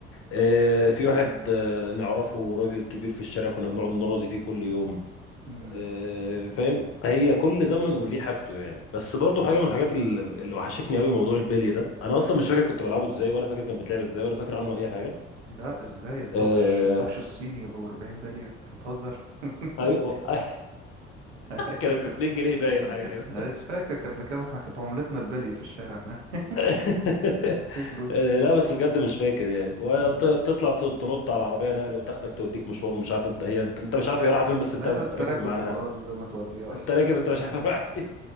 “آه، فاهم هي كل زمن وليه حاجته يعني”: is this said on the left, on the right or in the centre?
Left